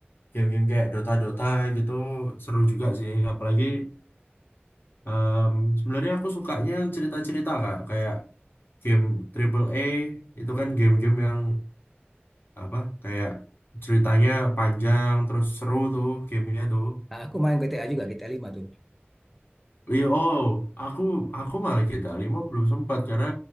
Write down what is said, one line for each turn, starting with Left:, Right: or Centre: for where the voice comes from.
Left: game-game kayak Dota, Dota gitu, seru juga sih. Apalagi em, sebenarnya aku sukanya cerita-cerita kak, kayak game Triple A itu kan game-game yang apa, kayak ceritanya panjang, terus seru tuh gamenya tuh.
Centre: Nah, Aku main GTA juga GTA lima tuh.
Left: Iya, oh, aku aku malah GTA lima belum sempat karena